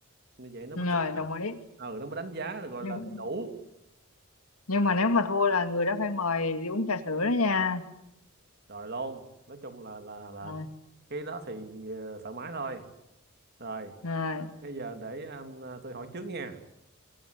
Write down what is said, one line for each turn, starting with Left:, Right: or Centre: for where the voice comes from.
Right: như vậy nó
Left: Rồi,
Right: mới cân bằng
Left: đồng ý.
Right: ừ nó mới đánh giá gọi
Left: Nhưng,
Right: là đầy đủ
Left: nhưng mà nếu mà thua là người đó phải mời đi uống trà sữa đó nha.
Right: rồi luôn nói chung là là là
Left: Rồi,
Right: cái đó thì ờ, thoải mái thôi rồi
Left: rồi,
Right: bây giờ để um, tôi hỏi trước nha